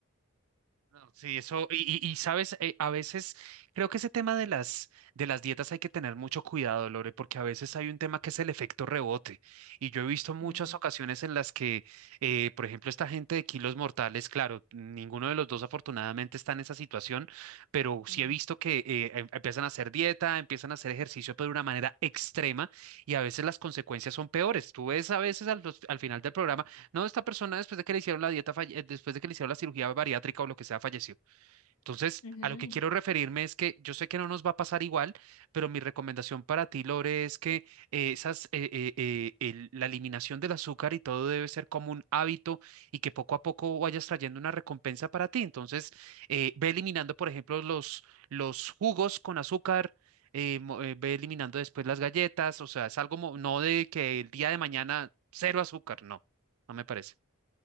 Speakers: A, on the right; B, on the left.
A: No, Sí, eso, y, y- y, sabes, Eh, a veces creo que ese tema de las, de las dietas hay que tener mucho cuidado, Lore, porque a veces hay un tema que es el efecto rebote. Y yo he visto muchas
B: Mm,
A: ocasiones en las que, eh, por ejemplo, esta gente de kilos mortales, claro, ninguno de los dos afortunadamente está en esa situación, pero sí
B: mm,
A: he visto que eh, em- empiezan a hacer dieta, empiezan a hacer ejercicio, pero de una manera extrema, y a veces las consecuencias son peores. Tú ves a veces al, al final del programa no, esta persona después de que le hicieron la dieta, falle- eh, después de que le hicieron la cirugía bariátrica o lo que sea, falleció. Entonces,
B: ujú.
A: a lo que quiero referirme es que yo sé que no nos va a pasar igual, pero mi recomendación para ti, Lore, es que eh, esas, eh, eh, eh, el- la eliminación del azúcar y todo debe ser como un hábito y que poco a poco vayas trayendo una recompensa para ti. Entonces, eh, ve eliminando, por ejemplo, los, los jugos con azúcar. eh, mo- eh, ve eliminando después las galletas, o sea, es algo mo- no de que el día de mañana cero azúcar, no, no me parece.